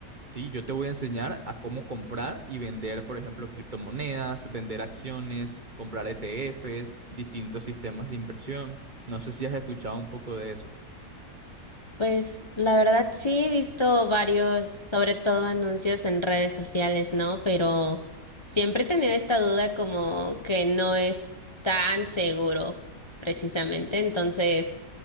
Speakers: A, on the right (about 35°); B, on the left (about 30°).
A: ¿sí? Yo te voy a enseñar a cómo comprar y vender, por ejemplo, criptomonedas, vender acciones, comprar ETFs, distintos sistemas de inversión. No sé si has escuchado un poco de eso.
B: Pues la verdad sí he visto varios, sobre todo anuncios en redes sociales, ¿no? Pero siempre he tenido esta duda como que no es tan seguro, precisamente. Entonces,